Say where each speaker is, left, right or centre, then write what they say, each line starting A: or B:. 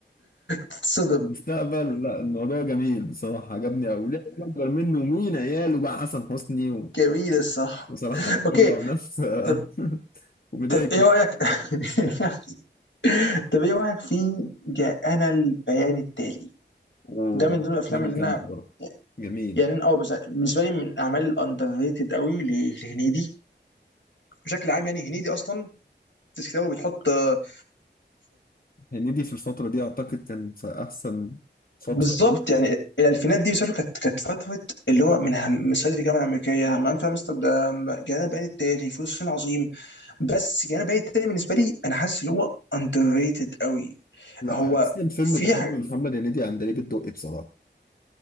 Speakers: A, on the left (about 80°); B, on the left (about 50°).
A: تتصدم
B: المستقبل لا الموضوع جميل بصراحة عجبني أوي ليه أكبر منه ومين عياله بقى حسن حسني
A: <laughs>
B: و-
A: جميل الصح
B: بصراحة بطلع
A: اوكي
B: ناس آه،
A: طب
B: <laughs> كوميدية
A: طب
B: جدا
A: ايه رايك <laughs> طب ايه رايك في جاءنا البيان التالي
B: ومن
A: ده من
B: الأفلام
A: ضمن الافلام
B: الجامدة
A: اللي انا
B: برضه جميل
A: يعني انا اه بس بالنسبه لي من الاعمال الاندر ريتد قوي ل- لهنيدي بشكل عام يعني هنيدي اصلا في كتابه بتحط آه،
B: هنيدي في الفترة دي أعتقد كان في أحسن فترة
A: بالظبط
B: دي
A: يعني الالفينات دي بيسألوا كانت كانت فتره اللي هو من هم صعيدي في الجامعه الامريكيه همام في امستردام جانا البيان التالي فلوس الصين عظيم بس جانا البيان التالي بالنسبه لي انا حاسس اللي هو اندر ريتد قوي
B: لا
A: هو
B: أحسن فيلم
A: في
B: بحبه
A: حاجه
B: لمحمد هنيدي عندليب الدقي بصراحة